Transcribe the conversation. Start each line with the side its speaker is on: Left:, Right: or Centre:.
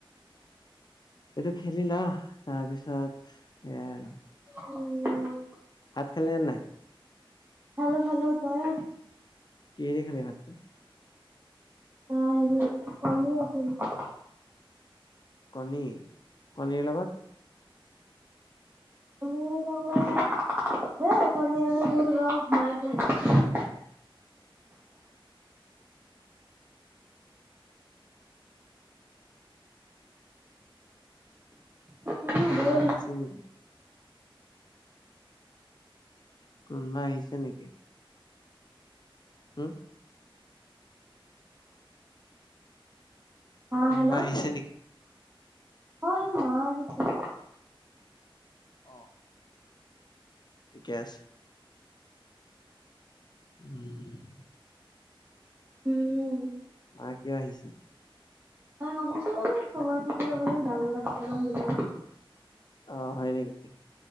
Left: এইটো খেলি ল, তাৰপিছত সেয়াই আৰু।
Right: উম।
Left: ভাত খালি নে নাই?
Right: খালো খালো। তই?
Left: কিহেদি খালি ভাতটো?
Right: অ' হেৰি পনীৰ আছিল।
Left: কণী, কণীৰ লগত?
Right: <unintelligible> উম
Left: কোনোবা
Right: জোল
Left: আহিছে নেকি? কোনোবা আহিছে নেকি? হুম?
Right: অ'
Left: কোনোবা
Right: হেল্লৌ!
Left: আহিছে নেকি
Right: অ' মা আহিছিল।
Left: অ'। ঠিকে আছে। <inaudible>
Right: উমম।
Left: মায় কিয় আহিছে?
Right: অ' আহিছিল এনেই খবৰ-খাতি লবলৈ দাংবদি কেদাল মান দিবলে।
Left: অ' হয় নেকি?